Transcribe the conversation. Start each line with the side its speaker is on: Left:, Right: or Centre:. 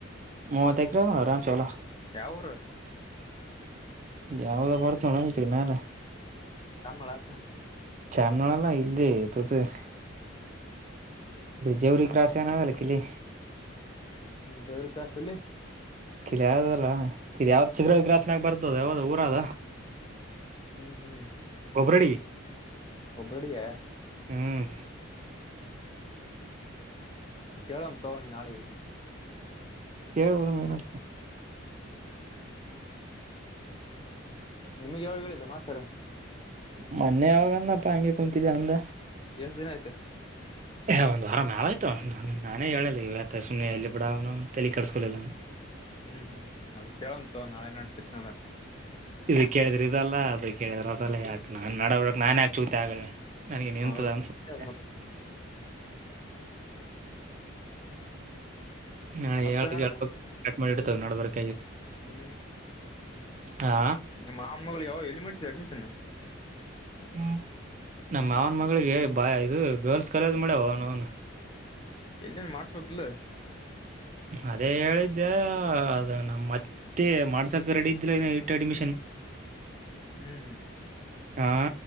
Right: ಮೂವತ್ತ ಎಕರೆ ಅದ ಆರಾಮ್ಸೆ ಹೊಲ
Left: ಯಾವ ಊರು
Right: ಯಾವದ ಬರ್ತಣ ಇ ಕಡೆ ಮ್ಯಾಲ
Left: <unintelligible>
Right: ಚಾಮನೋಲ್ಲ ಇಲ್ದ ಇತದ ಜವರಿ ಕ್ರಾಸ್ ಏನಾಗಲ್ಲ ಕಿಲಿ
Left: ಹ್ಮ ಜವರಿ ಕ್ರಾಸ್ ಬಲ್ಲಿ
Right: ಇದು ಯಾವ್ದದಲ್ಲ ಇದು ಯಾವ್ದ ಚಿಗರ ಗ್ರಸ್ನಾಗ ಬರ್ತದ ಯಾವ್ದ ಊರದ
Left: ಹ್ಮ್ ಹ್ಮ್
Right: ಗೊಬ್ಬರಡಿ
Left: ಒಬ್ಬ್ರಡೀಯಾ
Right: ಹ್ಮ್
Left: ಕೇಳಂ ತಗೊಂಡಿ ನಾಳಿಗೆ
Right: ಕೇಳಣ ಮೆನಪ್ಪ
Left: ನಿಮಗೆ ಯಾವಾಗ ಹೇಳಿದ್ದ ಮಾಸ್ತಾರ
Right: ಮನ್ನೆ ಯಾವಾಗನಪ್ಪ ಅಂಗೆ ಕುಂತಿದ್ದೇ ಅಂದ
Left: ಎಷ್ಟ ದಿನ ಆಯ್ತ
Right: ಏ ಒಂದ್ ವಾರ ಮ್ಯಾಲ ಆಯ್ತು ನಾನೇ ಹೇಳಿಲ್ಲ ಇವತ್ತ ಸುಮ್ಮನೆ ಎಲ್ಲಿ ಬಿೂಡ ಅವನವ್ನ ತಲಿ ಕಡಸ್ಕೊಲಿಲ್ಲ
Left: ಹ್ಮ್ ಹ್ಮ್ ಅದ ಕೇಳಂತು ನಾಳೆ ನಾಡ್ದ ಸಿಕ್ನಂದ್ರ
Right: ಇದ ಕೇಳಿದ್ರೆ ಇದಲ್ಲ ಅದ ಕೇಳಿದ್ರ ಅದಲ್ಲ ಯಾಕೆ ನಾನ್ ನಡ ಬಿಿಡಕ್ ನಾನ್ ಯಾಕೆ ಚೂತ್ಯಾ ಆಗಲೀ ನನಗೆ ನಿಂತದ
Left: ಹೌದು
Right: ಅನ್ಸಿದೆ
Left: ಮತ್ತ
Right: ನಾಳೆ
Left: ಮತ್ತೆ
Right: ಹೇಳ್
Left: ನಡದ
Right: ಹೇಳ್ಬೇಕು ಕಟ್ಮಾಡಿ ಇಡು ನದಬೇಕ
Left: ಹ್ಮ್
Right: ಹಾ
Left: ನಿಮ್ಮ್ ಮಾವನ ಮಗಳು ಯಾವಲ್ಲಿ ಮಾಡ್ ಅಡ್ಮಿಷನ್
Right: ಹ್ಮ ನಮ್ಮ ಅವನ ಮಗಳಿಗೆ ಬಾಯ ಇದು ಗರ್ಲ್ಸ್ ಕಾಲೇಜ್ ಮಾಡ್ಯವ ಅವನು ಅವನು
Left: ಎಲ್ಲಿೇನ್ ಮಾಡ್ಸ್ಬೇಕಿಲ್ಲ
Right: ಅದೇ ಹೇಳಿದ್ದೆ ಅದ ನಮ್ಮ ಮತ್ತೆ ಮಾಡ್ಸಕ ರೆಡ ಇದಿಲ್ಲ ಇಟ್ು ಅಡ್ಮಿಷನ್
Left: ಹ್ಮ್
Right: ಹಾ